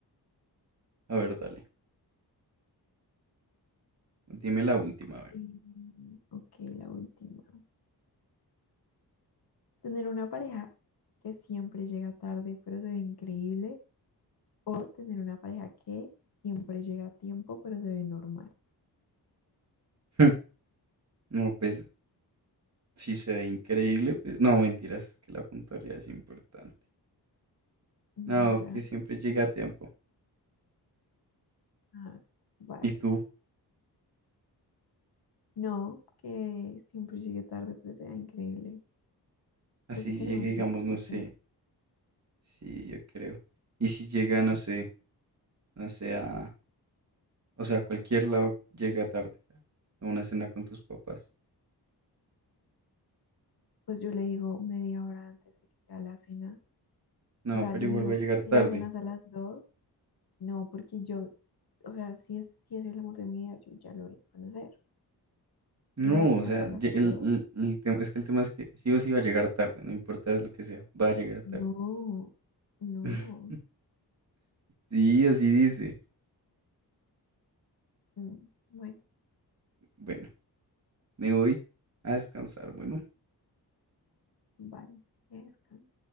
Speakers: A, on the right; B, on the left.
A: A ver, dale. Dime la última, a ver.
B: Mm, ok, la última. Tener una pareja que siempre llega tarde, pero se ve increíble. O tener una pareja que siempre llega a tiempo, pero se ve normal.
A: <laughs> No, pues si se ve increíble, pues no, mentiras, es que la puntualidad es importante.
B: Mm,
A: No,
B: ya,
A: que siempre llega a tiempo.
B: ah, vale.
A: ¿Y tú?
B: No, que siempre llegue tarde, pero se vea increíble.
A: Así
B: Creo que tenemos
A: llegue, digamos,
B: gustos
A: no
B: diferentes.
A: sé. Sí, yo creo. Y si llega, no sé, no sé, a, o sea, a cualquier lado llega tarde a una cena con tus papás.
B: Pues yo le digo media hora antes de que sea la cena.
A: No,
B: O sea,
A: pero
B: yo
A: igual
B: le digo,
A: va a llegar tarde.
B: si la cena es a las dos, no, porque yo, o sea, si es, si es el amor de mi vida, yo ya lo voy a conocer. Si
A: No,
B: la cena
A: o sea,
B: es a las
A: ye- el,
B: dos,
A: el- el tema, es que el tema es que sí o sí va a llegar tarde, no importa lo que sea, va a llegar tarde.
B: no, no.
A: <laughs> Sí, así dice.
B: Mm, Bueno,
A: Bueno, me voy a descansar. Bueno.
B: vale, que descanse.